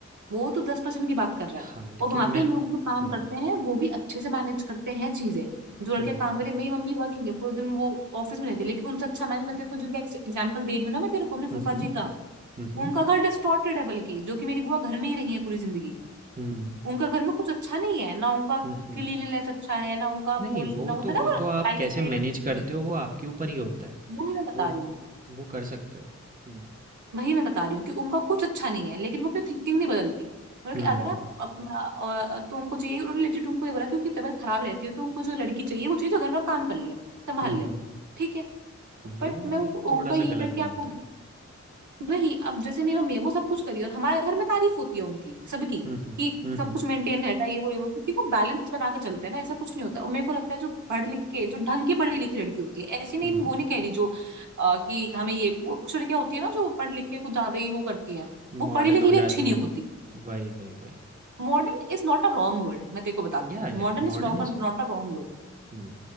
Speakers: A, on the right; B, on the right.
A: वो तो दस परसेंट की बात कर रहा
B: हाँ,
A: है
B: लेकिन
A: और वहां
B: मैं
A: पे लोग जो काम
B: हुँ,
A: करते हैं वो भी अच्छे से मैनेज करते हैं चीजें जो लड़के
B: हुँ,
A: काम
B: हुँ,
A: करे मेरी मम्मी वर्किंग है पूरे दिन वो ऑफिस में रहती है लेकिन उनसे अच्छा मैनेज मैं तेरे को जिनका एग्जाम्पल दे रही हूँ ना मैं तेरे को अपने
B: हुँ,
A: फूफा
B: हुँ,
A: जी का
B: हुँ, हुँ,
A: उनका घर डिस्टॉर्टेड है बल्कि जो कि मेरी बुआ घर में ही रही है पूरी जिंदगी
B: हुँ,
A: उनका घर में कुछ अच्छा नहीं है ना उनका
B: हुँ, हुँ।
A: क्लीनलीनेस अच्छा है ना उनका
B: नहीं
A: बोल
B: वो
A: ना होता
B: तो वो
A: ना
B: तो
A: वो
B: आप
A: लाइफ
B: कैसे
A: स्टाइल
B: मैनेज
A: या कुछ
B: करते
A: भी
B: हो वो आपके ऊपर ही होता है।
A: वही मैं बता
B: वो
A: रही हूँ
B: वो कर सकते हो। हुँ,
A: वही मैं बता रही हूँ कि उनका कुछ अच्छा नहीं है लेकिन वो अपनी थिंकिंग नहीं बदलती मतलब
B: हुँ,
A: कि अगर आप अपना और तो उनको चाहिए उन्होंने लेजिट उनको ये बोला कि उनकी तबीयत खराब रहती है तो उनको जो लड़की चाहिए वो चाहिए जो घर का काम कर ले संभाल
B: हुँ,
A: ले
B: हुँ।
A: ठीक है
B: वो
A: बट मैं उनको
B: एक थोड़ा-सा
A: उनका यही
B: गलत
A: था कि आपको
B: बात है।
A: वही अब जैसे मेरी मम्मी है वो सब कुछ करी और हमारे घर में तारीफ होती है उनकी सबकी
B: हुँ, हुँ,
A: कि
B: हुँ,
A: सब
B: हुँ,
A: कुछ मेंटेन रहता है ये वो ये वो क्योंकि वो बैलेंस बना के चलते हैं ना ऐसा कुछ नहीं होता और मेरे को लगता है जो पढ़ लिख के जो ढंग की पढ़ी लिखी लड़की होती है ऐसी नहीं
B: हुँ।
A: वो नहीं कह रही जो अ, कि हमें ये वो कुछ लड़कियां होती है ना जो पढ़ लिख के कुछ ज्यादा ही वो करती हैं
B: मॉडर्न
A: वो पढ़ी लिखी
B: हो
A: भी
B: जाती
A: अच्छी नहीं
B: है वो।
A: होती
B: वही, वही, वही।
A: Modern is not a wrong word मैं तेरे को बताती
B: या
A: हूँ
B: या
A: modern is
B: मॉडर्न
A: not
B: इज़
A: not a wrong word
B: हुँ,